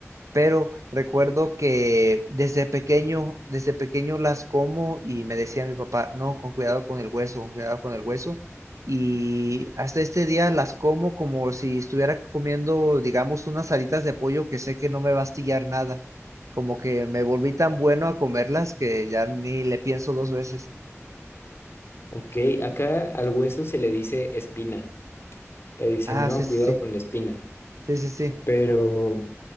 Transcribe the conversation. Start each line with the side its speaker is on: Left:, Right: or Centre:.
Right: pero recuerdo que desde pequeño, desde pequeño las como y me decía mi papá, no, con cuidado con el hueso, con cuidado con el hueso. Y hasta este día las como como si estuviera comiendo, digamos, unas alitas de pollo que sé que no me va a astillar nada. Como que me volví tan bueno a comerlas que ya ni le pienso dos veces.
Left: Ok, acá al hueso se le dice espina. Te dicen,
Right: Ah,
Left: no,
Right: sí, sí,
Left: cuidado
Right: sí,
Left: con la espina.
Right: sí, sí, sí.
Left: Pero